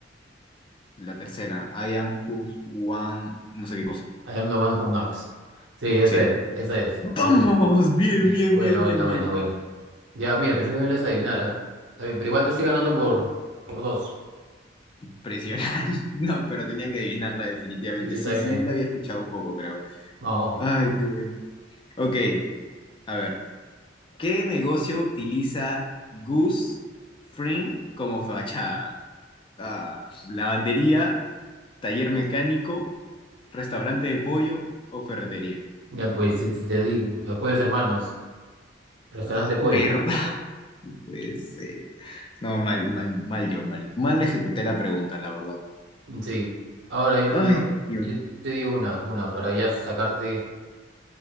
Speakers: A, on the left (about 25°); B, on the right (about 80°).
A: La tercera, I am who one, no sé qué cosa.
B: I am the one who knocks. Sí, esa
A: Sí.
B: es. Esa es.
A: Vamos,
B: Esa es.
A: bien,
B: Bien,
A: bien,
B: buena,
A: bien,
B: buena,
A: bien,
B: buena,
A: bien.
B: buena. Ya, mira, pensé que me ibas a adivinar, ¿ah? Está bien, pero igual te estoy ganando por, por dos.
A: Impresionante. <laughs> No, pero tenía que adivinarla definitivamente.
B: Sí, sí, está
A: Sí,
B: bien,
A: sí,
B: está
A: sí,
B: bien.
A: la había escuchado un poco, creo.
B: Vamos.
A: Ay, qué bueno. Ok, a ver. ¿Qué negocio utiliza Gus Fring como fachada? Ah, lavandería, taller mecánico, restaurante de pollo o ferretería.
B: Ya, pues, te, te- te digo, los pollos hermanos, restaurante
A: Ah,
B: de pollos.
A: ¿Verdad? Pues, eh, <laughs> no, mal, mal, mal yo, mal yo. Mal ejecuté la pregunta, la verdad.
B: Sí. Ahora yo te
A: Ay,
B: voy,
A: Dios
B: a- yo,
A: mío.
B: yo te digo una, una, para ya sacarte